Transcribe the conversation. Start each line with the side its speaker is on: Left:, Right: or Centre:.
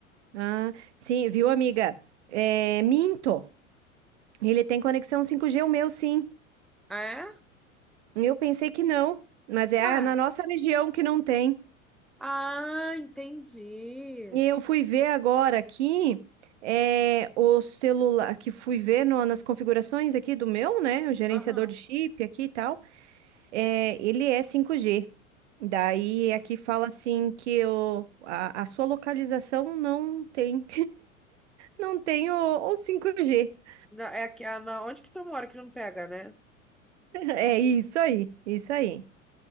Right: Ah, sim, viu, amiga? É, minto. Ele tem conexão cinco g o meu, sim.
Centre: É?
Right: Eu pensei que não, mas é
Centre: Ué.
Right: na nossa região que não tem.
Centre: Ah, entendi.
Right: E eu fui ver agora aqui, é, o celular, que fui ver no- nas configurações aqui do meu, né? O gerenciador
Centre: Aham.
Right: de chip aqui e tal. É, ele é cinco g Daí aqui fala assim que o- a a sua localização não tem. Não tenho o 5G. <laughs>
Centre: Na- É aqui, ah, na, onde que tu mora que não pega, né?
Right: É isso aí, isso aí.